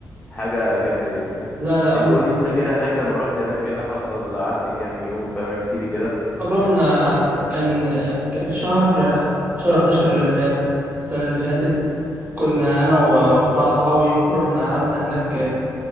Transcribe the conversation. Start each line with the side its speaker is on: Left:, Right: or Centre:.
Left: حاجه جامده جدا
Right: لا لا
Left: انت
Right: روح
Left: قول لي انت كده هناك لما رحت هناك ايه اللي حصل قعدت كام يوم فاهم احكي لي كده
Right: روحنا
Left: باختصار
Right: كان كان في شهر شهر 11 اللي فات السنة اللي فاتت كنا أنا و- وأربعة أصحابي رحنا قعدنا هناك